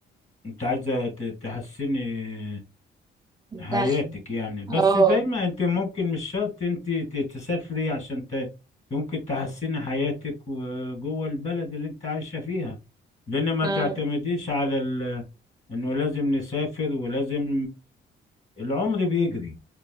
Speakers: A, on the left (about 35°); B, on the right (about 20°).
A: انت عايزة ت- تحسني
B: الدخل
A: حياتك يعني بس
B: اه
A: دايما انت ممكن مش شرط انت ت- تسافري عشان ت... ممكن تحسني حياتك و- جوه البلد اللي انت عايشة فيها لان ما
B: آه.
A: تعتمديش على ال... انه لازم نسافر ولازم العمر بيجري